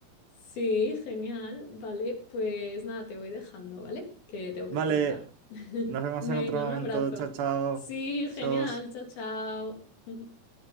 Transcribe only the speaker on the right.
Vale,
nos vemos
en otro momento.
Chao, chao.
Besos.